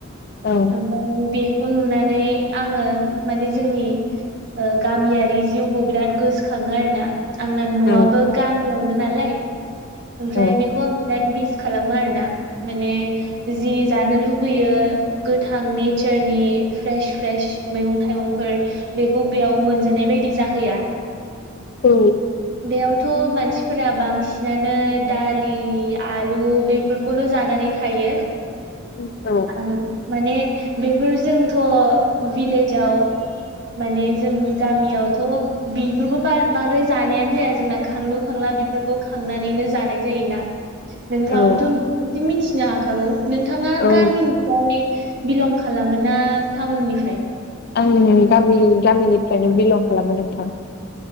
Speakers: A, on the left (about 45°); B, on the right (about 50°).
A: औ
B: ओम ओ बेखौ नुनानै आङो माने जोंनि ओ गामियारि जिउखौ बिराद गोस खाङो आरो ना आंना न'आबो
A: औ
B: गामियावनो नालाय। ओमफ्राय
A: औ
B: बेखौ आं बिराद मिस खालामो आरो ना माने जि जानो लुबैयो गोथां नेचारनि फ्रेश फ्रेश मैगं थाइगंफोर बेखौ बेयाव मोनजानाय बायदि जाहैया।
A: औ।
B: बेयावथ' मानसिफोरा बांसिनानो दालि आलु बे फोरखौल' जानानै थायो
A: औ
B: आं माने बेफोर जोंथ' भिलेजाव माने जों गामियावथ' बिफोरखौ बार बांद्राय जानायानो जाया जोंना खांलु खांला बेफोरखौ खांनानैनो जानाय जायोना। नोंथाङाबोथ'
A: औ
B: एसे मिथिनो हाखागौ नोंथाङा
A: औ
B: गामिनि फ्राय बिलं खालामो ना टाउननिफ्राय?
A: आं गामि गामिनिफ्रायनो बिलं खालामो नोंथां।